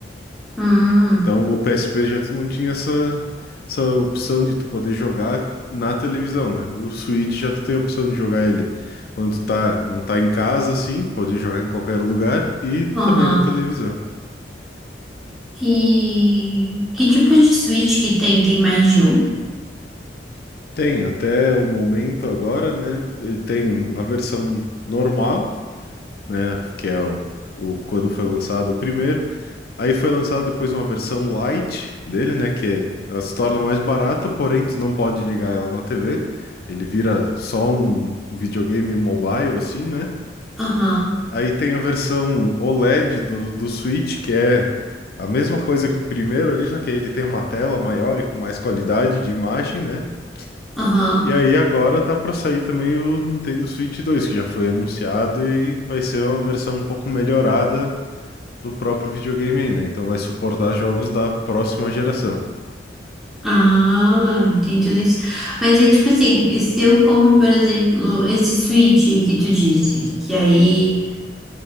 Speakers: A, in the centre; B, on the left.
A: Hum,
B: Então, o PSP já tu não tinha essa, essa opção de tu poder jogar na televisão, né? O Switch já tu tem a opção de jogar ele quando tu tá, não tá em casa, assim, pode jogar em qualquer lugar e também
A: aham.
B: na televisão.
A: E que tipo de switch que tem? Tem mais de um?
B: Tem, até o momento agora, né? Ele tem a versão normal, né? Que é o, o- quando foi lançado o primeiro. Aí foi lançado depois uma versão light dele, né? Que é- ela se torna mais barata, porém tu não pode ligar ela na TV. Ele vira só um, um videogame mobile, assim, né?
A: Aham,
B: Aí tem a versão OLED do, do Switch, que é a mesma coisa que o primeiro ali, só que aí ele tem uma tela maior e com mais qualidade de imagem, né?
A: aham.
B: E aí agora tá para sair também o Nintendo Switch 2, que já foi anunciado e vai ser uma versão um pouco melhorada do próprio videogame aí, né? Então vai suportar jogos da próxima geração.
A: Ah, tem tudo isso. Mas aí, tipo assim, se eu compro, por exemplo, esse switch que tu disse, que aí